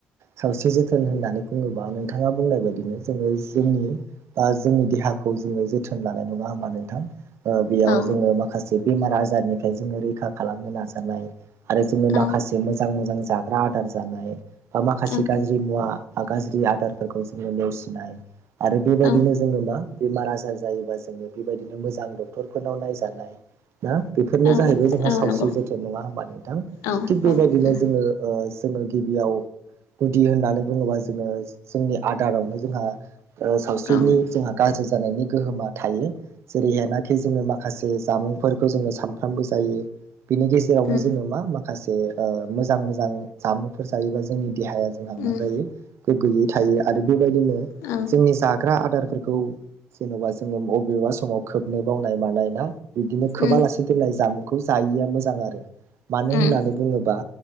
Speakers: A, on the right; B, on the left.
A: सावस्रि जोथोन होननानै बुङोबा नोंथाङा बुंनाय बायदिनो जोङो जोंनि बा जोंनि देहाखौ जोङो जोथोन लानाय नङा होमबा नोंथां। ओ बेयाव
B: औ
A: जोङो माखासे बेमार आजारनिफ्राय जोङो रैखा खालामनो नाजानाय आरो जोङो
B: औ
A: माखासे मोजां मोजां जाग्रा आदार जानाय बा माखासे
B: औ
A: गाज्रि मुवा गाज्रि आदारफोरखौ जोङो नेवसिनाय आरो बेबायदिनो
B: औ
A: जोङो मा? बेमार आजार जायोबा जोंङो बेबायदिनो मोजां डक्टरफोरनाव नायजानाय। ना बेफोरनो
B: औ
A: जाहैबाय जोंहा
B: औ
A: सावस्रि
B: नंगौ
A: जोथोन नङा होमबा नोंथां।
B: औ
A: थिग बेबायदिनो
B: औ उम
A: जोङो ओ जोङो गिबियाव गुदि होननानै बुङोबा जोङो जोंनि आदारावनो जोंहा ओ सावस्रिनि
B: औ
A: जोंहा गा ज्रि जानायनि गोहोमा थायो। जेरैहायनाखि जोङो माखासे जामुंफोरखौ जोङो सानफ्रामबो जायो। बिनि गेजेरावनो
B: उम
A: जोङो मा माखासे ओ मोजां मो जां जामुंफोर जायोबा जोंनि देहाया जोंहा
B: उम
A: मा जायो गोग्गोयै थायो। आरो बेबायदिनो
B: औ
A: जोंनि जाग्रा आदारफोरखौ जेनेबा जोङो बबेबा समाव खोबनो बावनाय मानाय ना? बिदिनो खोबालासे
B: उम
A: दोननाय जामुंखौ जायिया मोजां आरो मानो
B: उम
A: होननानै बुङोब्ला